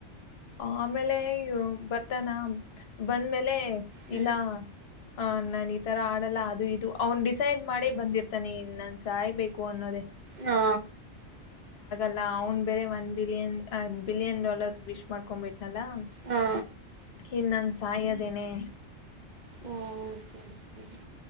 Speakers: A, on the left; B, on the right.
A: ಆಮೇಲೆಯ್ಯೋ ಬರ್ತಾನ ಬಂದ್ಮೇಲೆ
B: ಹ್ಮ್
A: ಇಲ್ಲಾ ಹ ನಾನ ಈ ತರ ಆಡಲ್ಲ ಅದು ಇದು ಅವ್ನ್ ಡಿಸೈಡ್ ಮಾಡಿ ಬಂದಿರ್ತಾನೆ ಇನ್ ನನ್ ಸಾಯ್ಬೇಕು ಅನ್ನೋದೇ
B: ಹಾ
A: ಲ್ಲ ಅವ್ನ್ ಬೇರೆ one billion billion dollars wish ಮಾಡ್ಕೊ್ಬಟ್ಟು ಲ್ಲ ನ್
B: ಹಾ
A: ನನ್ ಸಾಯದೇನೆ
B: ಹ್ಮ ಸರಿಸರಿ